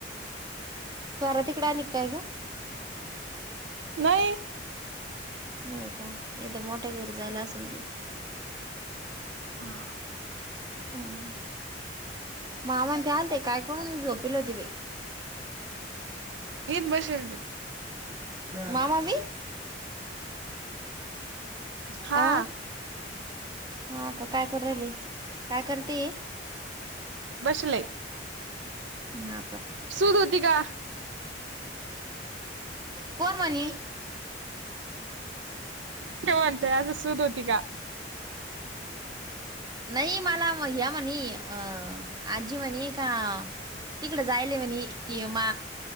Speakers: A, on the right; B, on the right.
A: जाररा तिकडे आली काय ग
B: नाही
A: नाही का इथ मोठ्या घरी जाईल असल ती
B: हा
A: हम् मामानं ते आलते काय करुन झोपेल होती बई
B: नीट बसेल ते
A: मामांनी
B: हा
A: आ हा का काय करू राहिल काय करते
B: बसले
A: ह आता
B: सुूध होती का
A: कोण म्हणे
B: ते म्हणतोय असं सुूध होती का
A: नाही मला या म्हणे अं आजी म्हणे का तिकडे जायले म्हणे ती मा